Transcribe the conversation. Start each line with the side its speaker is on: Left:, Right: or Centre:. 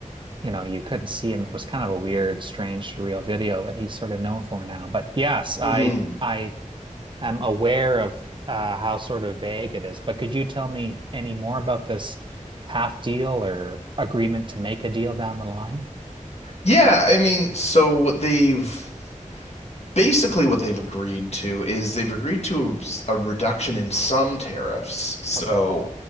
Right: you know, you couldn't see him. It was kind of a weird, strange, surreal video that he's sort of known for now. But yes, I
Left: hmm
Right: I am aware of uh, how sort of vague it is. But could you tell me any more about this half deal or agreement to make a deal down the line?
Left: Yeah, I mean, so what they've basically what they've agreed to is they've agreed to a, a reduction in some tariffs. So,
Right: Okay.